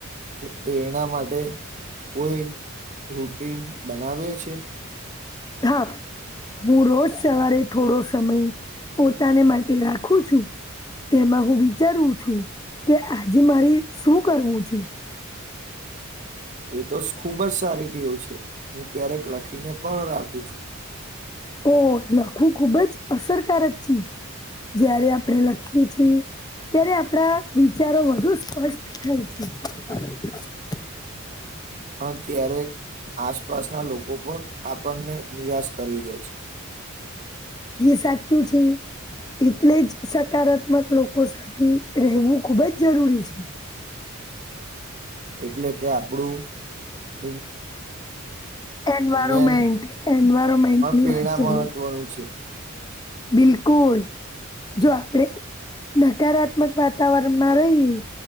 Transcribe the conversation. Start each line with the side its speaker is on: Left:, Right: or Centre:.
Right: પ્રેરણા માટે કોઈ રૂટીન બનાવે છે
Left: હા હું રોજ સવારે થોડો સમય પોતાને માટે રાખું છું તેમાં હું વિચારું છું કે આજે મારે શું કરવું છે
Right: એ તો ખુબ જ સારી ટેવ છે હું ક્યારેક લખીને પણ રાખું છું
Left: ઓ લખવું ખુબ જ અસરકારક છે જારે આપણે લખીએ છીએ અ્યારે આપણા વિચારો વધુ સ્પષ્ટ થાય છે
Right: પણ ક્યારેક આસપાસના લોકો પણ આપણને નિરાશ કરી દે છે
Left: સાચુ છે એટલે જ સકારાત્મક લોકો સાથે રહેવું ખૂબ જ જરૂરી છે
Right: એટલે કે આપણું <unintelligible> <unintelligible>
Left: એન્વાયરમેન્ટ
Right: પણ
Left: એન્વાયરમેન્ટની
Right: પેડા
Left: વાત ચાલે
Right: મહત્વનું છે
Left: બિલકુલ જો આપડે નકારાત્મક વાતાવરણ માં રહીએ.